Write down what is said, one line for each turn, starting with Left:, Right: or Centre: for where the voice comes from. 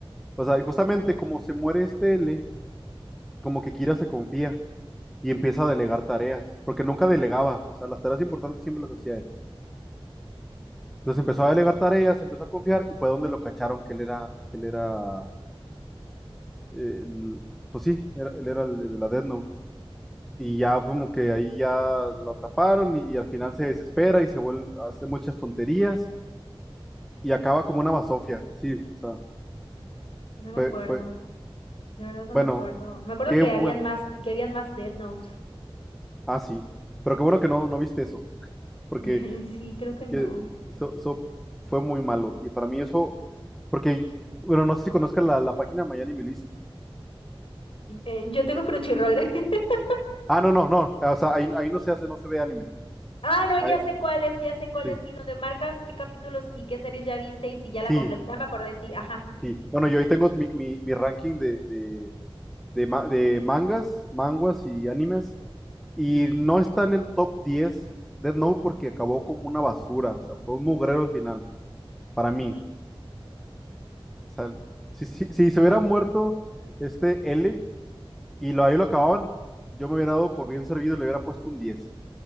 Centre: O sea, y justamente como se muere este L, como que Kira se confía y empieza a delegar tareas. Porque nunca delegaba. O sea, las tareas importantes siempre las hacía él. Entonces empezó a delegar tareas, empezó a confiar y fue donde lo cacharon que él era, que él era, eh, el- pues sí, era- él era el, el de la Death Note. Y ya como que ahí ya lo atraparon y, y al final se desespera y se vuelve, hace muchas tonterías y acaba como una basofia. Sí, o sea,
Left: No me
Centre: fue,
Left: acuerdo,
Centre: fue,
Left: de verdad no
Centre: bueno,
Left: me acuerdo. Me acuerdo
Centre: qué
Left: que
Centre: bueno.
Left: habían más, que habían más Death Notes.
Centre: Ah, sí. Pero qué bueno que no, no viste eso, porque
Left: <laughs> Sí, creo que no.
Centre: que eso, eso fue muy malo. Y para mí eso, porque, bueno, no sé si conozcas la, la página My Anime List.
Left: Eh, yo tengo Crunchyroll. <laughs>
Centre: Ah, no, no, no. O sea, ahí, ahí no se hace, no se ve anime.
Left: Ah, no,
Centre: Ahí-
Left: ya sé cuál es, ya sé cuál
Centre: sí,
Left: es, sí, donde marcas qué capítulos y qué series ya viste y si ya
Centre: sí,
Left: la completé. Ya me acordé, sí, ajá.
Centre: sí. Bueno, yo ahí tengo mi, mi, mi ranking de, de, de, ma- de mangas, manguas y animes. Y no está en el top 10 Death Note porque acabó como una basura. O sea, fue un mugrero al final, para mí. O sea, si, si- si se hubiera muerto este L y lo, ahí lo acababan, yo me hubiera dado por bien servido y le hubiera puesto un diez